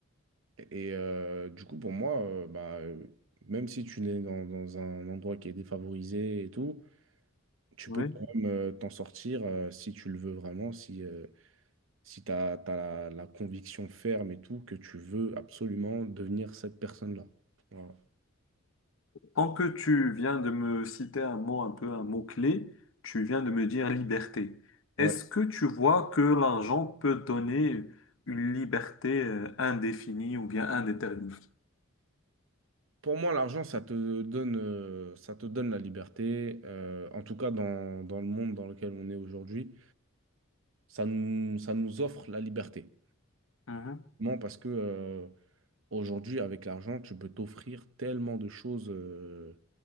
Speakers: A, on the right (about 65°); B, on the left (about 65°).
A: Et euh, du coup, pour moi, euh, bah, euh, même si tu es dans, dans un endroit qui est défavorisé et tout, tu
B: oui.
A: peux quand même euh, t'en sortir euh, si tu le veux vraiment, si, euh, si tu as, la, la conviction ferme et tout, que tu veux absolument devenir cette personne-là. Voilà.
B: Tant que tu viens de me citer un mot, un peu un mot-clé, tu viens de me dire liberté.
A: Ouais.
B: Est-ce que tu vois que l'argent peut donner une liberté euh, indéfinie ou bien indéterminée?
A: Pour moi, l'argent, ça te donne, euh, ça te donne la liberté. euh, en tout cas, dans, dans le monde dans lequel on est aujourd'hui, ça nous, ça nous offre la liberté.
B: Mhm.
A: Non, parce que euh, Aujourd'hui, avec l'argent, tu peux t'offrir tellement de choses euh,